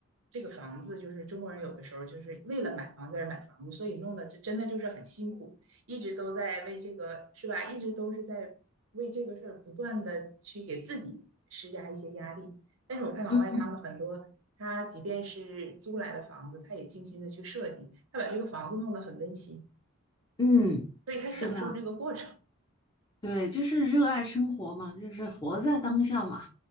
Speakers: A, on the right (about 65°); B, on the left (about 20°).
A: 这个房子，就是中国人有的时候就是为了买房子而买房子，所以弄得这真的就是很辛苦，一直都在为这个，是吧？一直都是在为这个事儿不断的去给自己施加一些压力。但是我看老外他们很多，
B: 嗯
A: 他即便是租来的房子，他也精心的去设计，他把这个房子弄得很温馨，
B: 嗯，
A: 所以他享受这个过程。
B: 是的，对，就是热爱生活嘛，就是活在当下嘛。